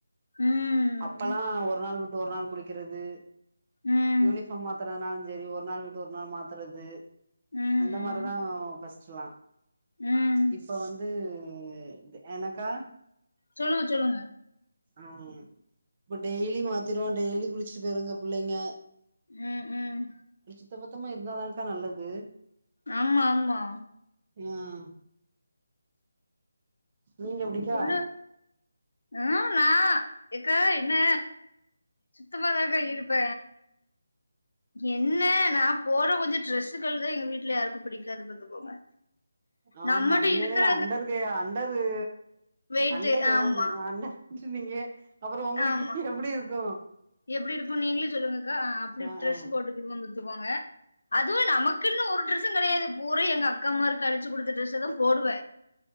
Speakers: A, on the left; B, on the right.
A: ம்
B: அப்பல்லா ஒரு நாள் விட்டு ஒரு நாள் குளிக்கெறது
A: ம்
B: யூனிஃபார்ம் மாத்றதுன்னாலு சேரி ஒரு நாள் விட்டு ஒரு நாள் மாத்துறது
A: ம் ம்
B: அந்த மாரிதா ஃபஸ்ட்டுலா
A: ம்
B: இப்ப வந்து து என்னக்கா
A: சொல்லுங்க சொல்லுங்க
B: ஆ இப்ப டெய்லி மாத்திருவா டெய்லி குளிச்சிட்டு போய்ருங்க புள்ளைங்க
A: ம் ம்
B: சுத்தபத்தமா இருந்தாதாங்க்கா நல்லது
A: ஆமா ஆமா
B: ம் நீங்க எப்டிக்கா
A: புள்ள ஆ நா எக்கா என்ன சுத்தமாதாக்கா இருப்ப என்ன நா போர்ற கொஞ்சொ ட்ரெஸ்ஸுக்கள்தே எங்க வீட்ல யாருக்கும் புடிக்காது பாத்துக்கோங்க
B: ஆமா
A: நம்மட்ட
B: நீங்களே
A: இருக்கிற
B: அண்டர்
A: அந்த
B: கே அண்டரூ
A: வெயிட்டு
B: அண்டர் <unintelligible>
A: ஆமா
B: அண்டர் விட்ருந்தீங்க அப்பறோ உங்களுக்கு
A: ஆமா
B: எப்டி இருக்கு
A: எப்டி இருக்கு நீங்களே சொல்லுங்கக்கா அப்டி
B: ஆ
A: ட்ரெஸ்ஸு
B: ஆ
A: போட்டுக்குடுவோ பாத்துக்கோங்க அதுவு நமக்குனு ஒரு ட்ர ஸ்ஸுங் கடையாது பூரா எங்க அக்காம்மாரு கழிச்சிகெ குடுத்த ட்ரெஸ்ஸதா போடுவ